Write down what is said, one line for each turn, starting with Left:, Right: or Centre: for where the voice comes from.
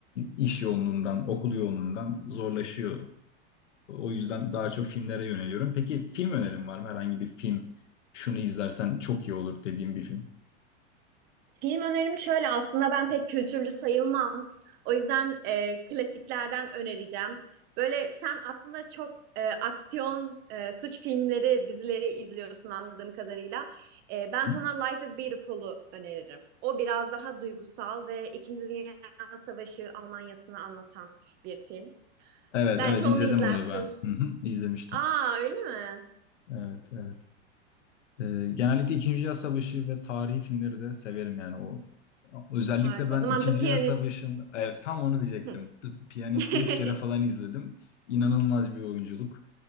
Left: iş yoğunluğundan, okul yoğunluğundan zorlaşıyor O yüzden daha çok filmlere yöneliyorum. Peki film önerin var mı? Herhangi bir film şunu izlersen çok iyi olur dediğim bir film.
Right: Film önerim şöyle aslında ben pek kültürlü sayılmam. O yüzden e, klasiklerden önereceğim. Böyle sen aslında çok e, aksiyon, e, suç filmleri, dizileri izliyorsun anladığım kadarıyla. E, ben
Left: Hı?
Right: sana Life is Beautiful'u öneririm. O biraz daha duygusal ve İkinci Dünya Savaşı Almanya'sını anlatan bir film.
Left: Evet
Right: Belki
Left: evet
Right: onu
Left: izledim
Right: izlersin.
Left: onu ben. Hı hı, izlemiştim.
Right: Aa öyle mi?
Left: Evet evet. Ee, genellikle İkinci Dünya Savaşı ve tarihi filmleri de severim yani o. Özellikle
Right: Harika.
Left: ben
Right: O zaman
Left: İkinci
Right: The Pianist.
Left: Dünya Savaşı'nda evet, tam onu diyecektim.
Right: Hı.
Left: The Piyanist'i
Right: <laughs>
Left: üç kere falan izledim. İnanılmaz bir oyunculuk.